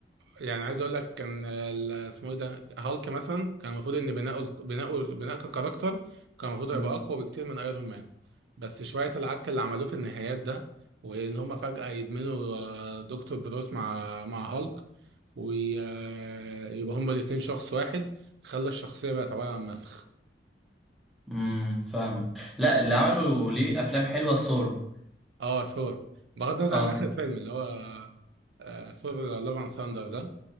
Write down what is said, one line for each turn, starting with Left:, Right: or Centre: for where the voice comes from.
Right: يعني عايز اقول لك كان ال- اسمه ايه ده هالك مثلا كان المفروض ان بناؤه بناؤه بناء ككاركتر كان المفروض هيبقى
Centre: م.
Right: اقوى بكتير من ايرون مان بس شويه العك اللي عملوه في النهايات ده وان هما فجاه يدمنوا آه، دكتور بروس مع مع هالك ويبقى هما الاتنين شخص واحد خلى الشخصيه بقت عباره عن مسخ
Centre: امم فاهمك لا اللي عملوا ليه افلام حلوة ثور
Right: اه ثور بغض النظر
Centre: اه
Right: عن اخر فيلم اللي هو آه، آه، ثور لاف اند ثاندر ده